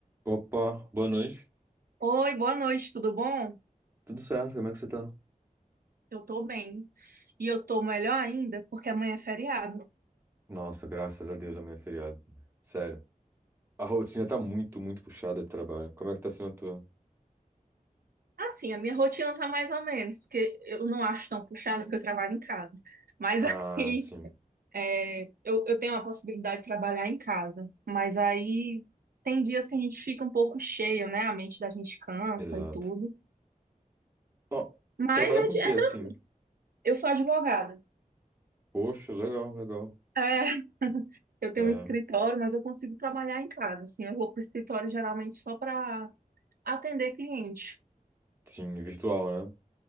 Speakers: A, on the right; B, on the right.
A: Opa, boa noite.
B: Oi, boa noite, tudo bom?
A: Tudo certo? Como é que você tá?
B: Eu tô bem. E eu tô melhor ainda porque amanhã é feriado.
A: Nossa, graças a Deus, amanhã é feriado. Sério. A rotina tá muito, muito puxada de trabalho. Como é que tá sendo a tua?
B: Assim, a minha rotina tá mais ou menos, porque eu não acho tão puxada porque eu trabalho em casa. Mas
A: Ah,
B: <laughs> aí
A: sim.
B: é, eu, eu tenho a possibilidade de trabalhar em casa. Mas aí tem dias que a gente fica um pouco cheio, né? A mente da gente cansa
A: Exato.
B: e tudo.
A: Ó,
B: Mas
A: trabalhar
B: é,
A: com
B: de-
A: o quê,
B: é
A: assim?
B: tranquilo. Eu sou advogada.
A: Poxa, legal, legal.
B: É, <laughs> eu tenho
A: É,
B: um escritório, mas eu consigo trabalhar em casa. Assim, eu vou pro escritório geralmente só para atender cliente.
A: sim, virtual, né?